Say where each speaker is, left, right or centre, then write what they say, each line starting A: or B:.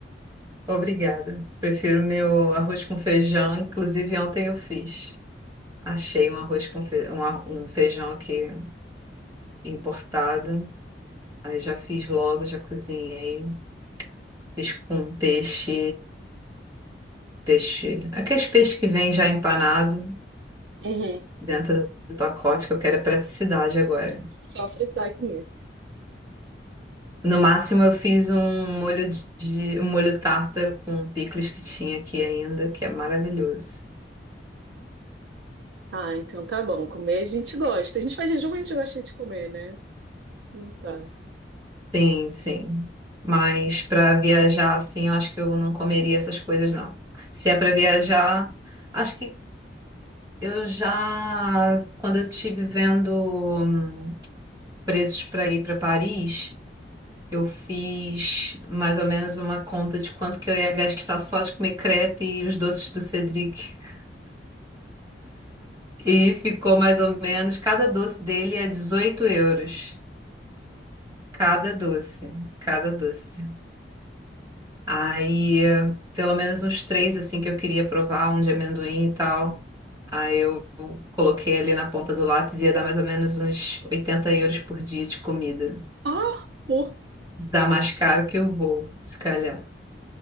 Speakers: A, on the right; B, on the right.
A: Obrigada. Prefiro meu arroz com feijão. Inclusive, ontem eu fiz. Achei um arroz com fe... um ar- um feijão aqui importado. Aí já fiz logo, já cozinhei. Fiz com peixe, peixe, aqueles peixes que vem já empanado
B: uhum.
A: dentro do pacote, que eu quero é praticidade agora.
B: Só fritar e comer.
A: No máximo, eu fiz um molho de um molho tártaro com picles que tinha aqui ainda, que é maravilhoso.
B: Ah, então tá bom. Comer a gente gosta. A gente faz jejum, mas a gente gosta de comer, né? Não tá.
A: Sim, sim. Mas para viajar assim, eu acho que eu não comeria essas coisas, não. Se é para viajar, acho que eu já, quando eu estive vendo hum, preços para ir para Paris, eu fiz mais ou menos uma conta de quanto que eu ia gastar só de comer crepe e os doces do Cedric. <laughs> E ficou mais ou menos, cada doce dele é 18 euros. Cada doce, cada doce. Aí, eh, pelo menos uns três, assim, que eu queria provar, um de amendoim e tal. Aí eu coloquei ali na ponta do lápis, ia dar mais ou menos uns 80 euros por dia de comida.
B: Ah, pô.
A: Dá mais caro que o voo, se calhar.